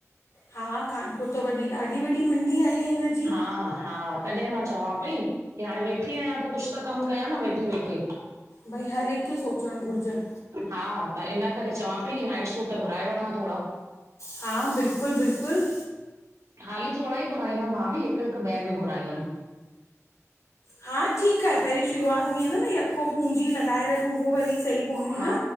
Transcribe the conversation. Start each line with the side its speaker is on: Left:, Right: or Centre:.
Left: हा हा कानपुर त वॾी ॾाढी वॾी मंडी आहे हिनजी।
Right: हा हा तॾे मां चवां पई की हाणे वेठी आहियां त कुछ त कम कया न वेठे वेठे।
Left: भई हर हिक खे सोचण घुरजन।
Right: हा त इन करे चवां पई की नाइट सूट घुराए वठां थोड़ा।
Left: हा बिल्कुल बिल्कुल।
Right: हाली थोड़ा ई घुराईंदम भाभी हिक हिक बैग घुराईंदम।
Left: हा ठीक आहे पहरीं शुरूआत में आहे न न यको पूंजी लॻाए रखूं उ वरी सही कोन्हे न।
Right: हा